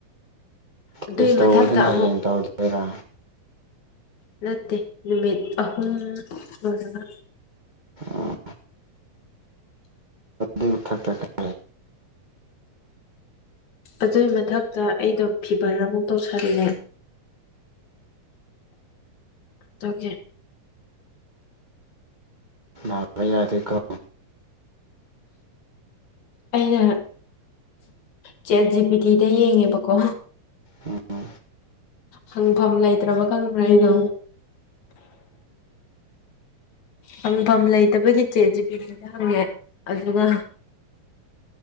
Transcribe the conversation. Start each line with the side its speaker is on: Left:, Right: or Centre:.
Left: ꯑꯗꯨꯏ
Right: ꯇꯦꯁ ꯇꯧꯕꯗꯨꯅ
Left: ꯃꯊꯛꯇ
Right: ꯍꯌꯦꯡ
Left: ꯑꯃꯨꯛ
Right: ꯇꯧꯗꯣꯏꯔꯥ
Left: ꯅꯠꯇꯦ ꯅꯨꯃꯤꯠ ꯑꯍꯨꯝ ꯂꯣꯟꯅꯅ
Right: ꯑꯣ ꯎꯝ ꯊꯛꯇꯥ <unintelligible>
Left: ꯑꯗꯨꯏ ꯃꯊꯛꯇ ꯑꯩꯗꯣ ꯐꯤꯚꯔ ꯑꯃꯨꯛ ꯇꯧꯁꯜꯂꯦ ꯇꯨꯀꯦ
Right: ꯅꯥꯕ ꯌꯥꯗꯦꯀꯣ
Left: ꯑꯩꯅ ꯆꯦꯠ ꯖꯤ ꯄꯤ ꯗꯤ ꯗꯥ ꯌꯦꯡꯉꯦꯕꯀꯣ
Right: ꯎꯝ
Left: ꯍꯪꯐꯝ ꯂꯩꯇ꯭ꯔꯥꯕ ꯈꯪꯕ꯭ꯔꯥ ꯑꯩꯗꯣ ꯍꯪꯐꯝ ꯂꯩꯇꯕꯒꯤ ꯆꯦꯠ ꯖꯤ ꯄꯤ ꯗꯤ ꯗꯥ ꯍꯪꯉꯦ ꯑꯗꯨꯒ